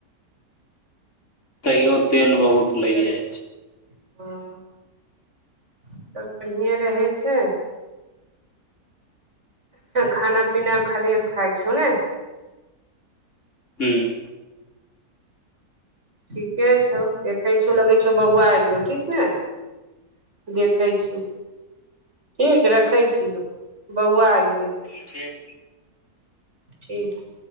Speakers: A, on the left; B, on the right.
A: तैयो तेल बहुत
B: सब
A: लागि जाई छै
B: हँ सब बढ़िए रहै छै खाना पीना खाली खाई छौ ने
A: हूँ
B: ठीके छौ देखै छौ लगै छौ बौआ आइ गेलौ ठीक ने देखै छियौ ठीक रखै छियौ बौआ आ गेलै
A: ठीक
B: ठीक छै